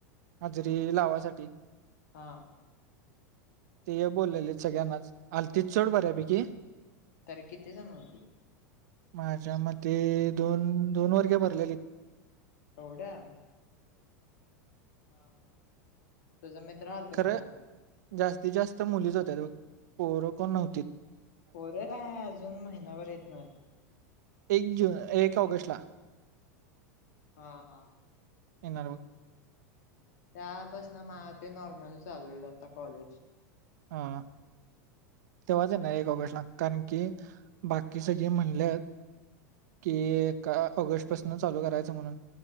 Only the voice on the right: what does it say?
हजरी लावासाठी.
<inaudible> बोललेले सगळ्यांनाच, आलतीत सोड बऱ्यापैकी.
माझ्या मते दोन, दोन वर्गे भरलेली.
खरं
जास्तीत, जास्त मुलीच होत्यांत पोर कोण नव्हती.
एक जून, एक ऑगस्ट ला.
येणार हो
हा तेव्हाच येणार एक ऑगस्ट ला, कारण की बाकी सगळे म्हणल्यात, कि एक ऑगस्ट पासून चालू करायचं म्हणून.